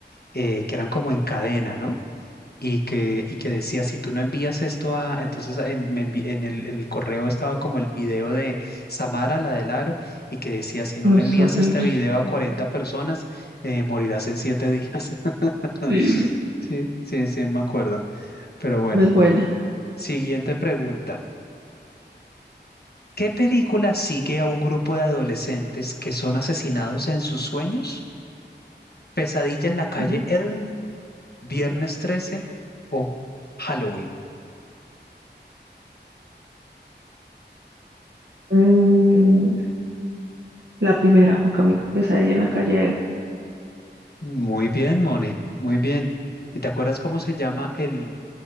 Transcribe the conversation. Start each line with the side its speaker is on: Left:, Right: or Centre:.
Left: eh, que eran como en cadena, ¿no? Y que, y que decía, si tú no envías esto a, entonces en, me envi- en el, en el correo estaba como el video de Samara, la del aro, y que decía, si no
Right: No
Left: le
Right: es
Left: envías
Right: horrible.
Left: este video a 40 personas, eh, morirás en 7 días. <laughs>
Right: Sí, sí, sí.
Left: Sí, sí, sí, me acuerdo. Pero bueno,
Right: No es buena.
Left: siguiente pregunta. ¿Qué película sigue a un grupo de adolescentes que son asesinados en sus sueños? ¿Pesadilla en la calle
Right: Ujú.
Left: Elm, Viernes 13 o Halloween?
Right: Mm, la primera, Juan Camilo, Pesadilla en la calle del
Left: Muy bien, Moni, muy bien. ¿Y te acuerdas cómo se llama el,